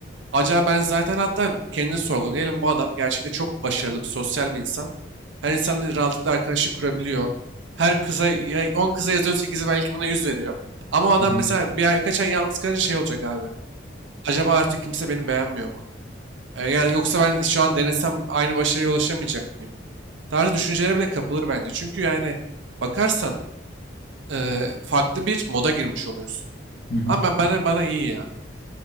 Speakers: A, on the right; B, on the left.
A: Acaba ben zaten hatta kendini sorguluyorum. Diyelim bu adam gerçekten çok başarılı bir sosyal bir insan. Her insanla rahatlıkla arkadaşlık kurabiliyor. Her kıza, ya 10 kıza yazıyor 8'i belki buna 100 veriyor. Ama o adam
B: Hı hı.
A: mesela bir ay birkaç ay yalnız kalınca şey olacak abi. Acaba artık kimse beni beğenmiyor mu? E, yani yoksa ben şu an denesem aynı başarıya ulaşamayacak mıyım? Tarzı düşüncelere bile kapılır bence. Çünkü yani bakarsan eee, farklı bir moda girmiş oluyorsun.
B: Hı hı.
A: Ama ben- bana bana iyi ya.